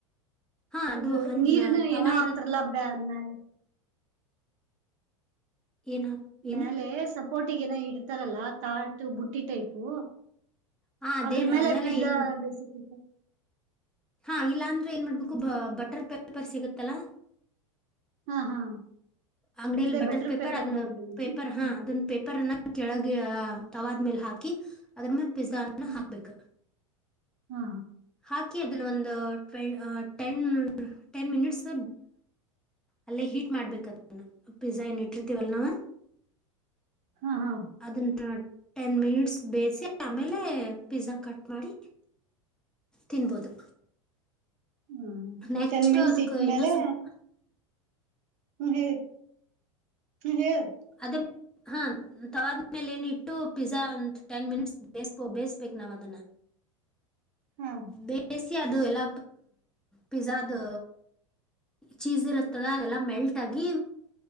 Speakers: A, in the centre; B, on the right.
A: ಹಾ
B: ಅದು
A: ಹನ್
B: ನೀರನ್ನ
A: ತವಾ
B: ಏನೋ ಹಾಕ್ತಾರಲ್ಲ
A: ಇರತ್ತಲ್ಲ
B: ಬ್ಮೇಲೆ
A: ಏನ್ ಹಾಕ್ ಏನು
B: ಮೇಲೆ ಸಪೋರ್ಟ್ ಬಟ್ಟಿಗೆನ ಇಡ್ತಾರಲ್ಲಾ ತಾಟು ಬುಟ್ಟಿ ಟೈಪು
A: ಹಾ ಅದೇ
B: ಅದ್ರ ಮೇಲೆ
A: ಅದೆಲ್ಲ
B: ಪಿಜಜಾ
A: ಏನ್
B: ಬೇಸಕ್
A: ಹಾ ಇಲ್ಲಾ ಅಂದ್ರೆ ಏನ್ ಮಾಡ್ಬೇಕು ಬ ಬಟರ್ ಪೆಪರ್ ಸಿಗತ್ತಲ್ಲಾ
B: ಹಾ ಹಾ
A: ಅಂಗಡಿಲ್ಲಿ
B: ಅದೇ
A: ಬಟರ್ ಪೇಪರ್ ಅದ
B: ನೋಡಿದ್ದೆ ನಾನು
A: ಪೇಪರ್ ಹಾ
B: ಹ್ಮ್
A: ಅದನ್ ಪೇಪರ್ ಕೆಳಗೆ ತವಾದ ಮೇಲೆ ಹಾಕಿ ಅದ್ರ ಮೇ ಪಿಜಜ
B: ಹ್ಮ್
A: ಹಾಕ್ಬೇಕ
B: ಹಾ
A: ಹಾಕಿ ಅಲ ಒಂದು ಟೆನ್ ಟೆನ್ ಮಿನಿಟ್ಸ್. ಅಲ್ಲೇ ಹೀಟ್ ಮಾಡ್ಬೇಕದ ಪಿಜ್ಜಾ ಏನು ಇಟ್ಟಿರ್ತೀವಲ್ಲ ನವು
B: ಹಾ ಹಾ
A: ಅದನ್ನ ಟೆನ್ ಮಿನಿಟ್ಸ್ ಬೇಯಿಸಿ ಆಮೇಲೆ ಪಿಜಝಾ ಕಟ್ ಮಾಡಿ ತಿನ್ಬೋದು
B: ಹ್ಮ
A: ನೆಕ್ಸ್ಟ್
B: ಟೆನ್ ಮಿನಿಟ್ಸ್
A: ಅದಕ್ಕೆ
B: ಇಟ್ಟ್ಮೇಲೆ
A: ಇನ್ನೂ ಸ್ವಲ್ಪ
B: ಹ್ಮ್ ಹೇಳಿ ಸುಹಲ್
A: ಅದೇ ಹಾ ತವಾದ್ಮೇಲೆ ಏನ ಇಟ್ಟು ಪಿಜ್ಜಾ ಒಂದು ಟೆನ್ ಮಿನಿಟ್ಸ್ ಬೇಯಿಸಬೋ ಬೇಯಿಸ್ಬೇಕು ನಾವ್ ಅದನ್ನ
B: ಹಾ
A: ಬೇಸ್ ಅದು ಎಲ್ಲ ಪಿಜಾ ಅದು ಚೀಸ್ ಇರುತ್ತದ ಅದೆಲ್ಲಾ ಮೆಲ್ಟ್ ಆಗಿ